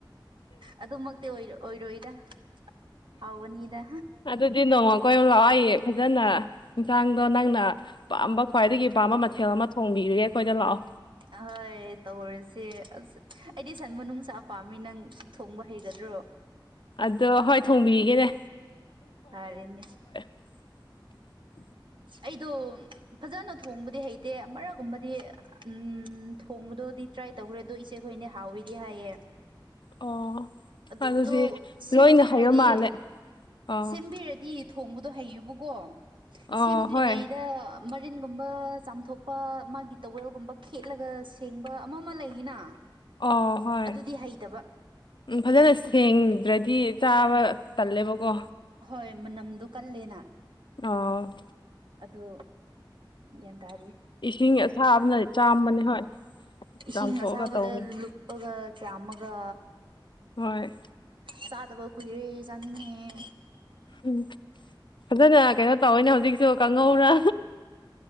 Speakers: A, on the right (about 75°); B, on the left (about 70°).
A: ꯑꯗꯨꯃꯛꯇꯤ ꯑꯣꯏ ꯑꯣꯏꯔꯣꯏꯗ ꯍꯥꯎꯕꯅꯤꯗ
B: ꯑꯗꯨꯗꯤ ꯅꯣꯡꯃ ꯀꯣꯏ ꯂꯥꯛꯂꯣ ꯑꯩ ꯐꯖꯅ ꯌꯦꯟꯁꯥꯡꯗꯣ ꯅꯪꯅ ꯄꯥꯝꯕ ꯈ꯭ꯋꯥꯏꯗꯒꯤ ꯄꯥꯝꯕ ꯃꯊꯦꯜ ꯑꯃ ꯊꯣꯡꯕꯤꯔꯒꯦ ꯑꯩꯈꯣꯏꯗ ꯂꯥꯛꯑꯣ
A: ꯑꯍꯣꯏ ꯇꯧꯔꯁꯦ ꯑꯁ ꯑꯩꯗꯤ ꯁꯟ ꯃꯅꯨꯡꯅꯨꯡꯁꯥ ꯄꯥꯝꯃꯤ ꯅꯪ ꯊꯣꯡꯕ ꯍꯩꯒꯗ꯭ꯔꯣ
B: ꯑꯗꯣ ꯍꯣꯏ ꯊꯣꯡꯕꯤꯔꯤꯒꯦꯅꯦ
A: ꯐꯔꯅꯦ
B: <unintelligible>
A: ꯑꯩꯗꯣ ꯐꯖꯅ ꯊꯣꯡꯕꯗꯤ ꯍꯩꯇꯦ ꯑꯃꯛꯒꯨꯝꯕꯗꯤ ꯎꯝ ꯊꯣꯡꯕꯗꯣꯗꯤ ꯇ꯭ꯔꯥꯏ ꯇꯧꯈ꯭ꯔꯦ ꯑꯗꯣ ꯏꯆꯦꯈꯣꯏꯅꯦ ꯍꯥꯎꯋꯤꯗꯤ ꯍꯥꯏꯌꯦ
B: ꯑꯣ
A: ꯑꯗꯨ
B: ꯑꯗꯨꯗꯤ
A: ꯑꯗꯨ ꯁꯦꯝꯕꯤꯈ꯭ꯔꯗꯤ
B: ꯂꯣꯏꯅ ꯍꯩꯕ ꯃꯥꯜꯂꯦ ꯑꯣ
A: ꯁꯦꯝꯕꯤꯔꯗꯤ ꯊꯣꯡꯕꯗꯣ ꯍꯩꯌꯨꯕꯀꯣ
B: ꯑꯣ
A: ꯁꯦꯝꯗ꯭ꯔꯤꯉꯩꯗ
B: ꯍꯣꯏ
A: ꯃꯔꯤꯟꯒꯨꯝꯕ ꯆꯥꯝꯊꯣꯛꯄ ꯃꯥꯒꯤ ꯇꯧꯋꯦꯜꯒꯨꯝꯕ ꯈꯦꯠꯂꯒ ꯁꯦꯡꯕ ꯑꯃ ꯑꯃ ꯂꯩꯌꯦꯅ
B: ꯑꯣ ꯍꯣꯏ
A: ꯑꯗꯨꯗꯤ ꯍꯩꯇꯕ
B: ꯎ ꯐꯖꯅ ꯁꯦꯡꯗ꯭ꯔꯗꯤ ꯆꯥꯕ ꯇꯜꯂꯦꯕꯀꯣ
A: ꯍꯣꯏ ꯃꯅꯝꯗꯣ ꯀꯜꯂꯦꯅ
B: ꯑ
A: ꯑꯗꯨ ꯒ꯭ꯌꯥꯟ ꯇꯥꯔꯤ
B: ꯏꯁꯤꯡ ꯑꯁꯥꯕꯅ ꯆꯥꯝꯕꯅꯦ ꯍꯣꯏ
A: ꯏꯁꯤꯡ
B: ꯆꯥꯝꯊꯣꯛꯑꯒ
A: ꯑꯁꯥꯕꯗ
B: ꯇꯧꯕꯅꯦ
A: ꯂꯨꯞꯄꯒ ꯆꯥꯝꯃꯒ
B: ꯍꯣꯏ
A: ꯆꯥꯗꯕ ꯀꯨꯏꯔꯦ ꯆꯥꯅꯤꯡꯉꯦ
B: ꯎꯝ ꯐꯖꯅ ꯀꯩꯅꯣ ꯇꯧꯋꯅꯦ ꯍꯧꯖꯤꯛꯁꯨ ꯀꯥꯡꯉꯧꯔ